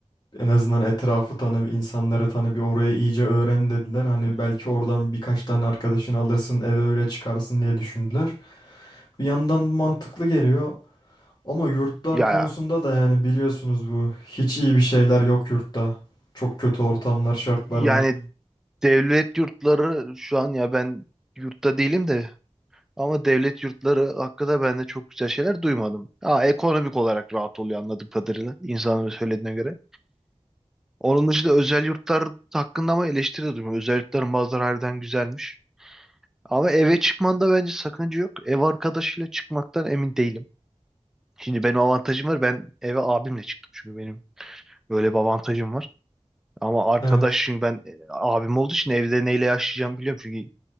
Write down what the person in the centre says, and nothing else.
Hı.
Ya
Yani
devlet yurtları şu an ya ben yurtta değilim de ama devlet yurtları hakkında ben de çok güzel şeyler duymadım. Ha, ekonomik olarak rahat oluyor anladığım kadarıyla insanların söylediğine göre. Onun dışında özel yurtlar hakkında ama eleştiri de duymadım. Özel yurtların bazıları harbiden güzelmiş. Ama eve çıkmanda bence sakınca yok. Ev arkadaşıyla çıkmaktan emin değilim. Şimdi benim avantajım var. Ben eve abimle çıktım çünkü benim böyle bir avantajım var. Ama arkadaş
çünkü ben e, abim olduğu için evde neyle yaşayacağımı biliyorum. Çünkü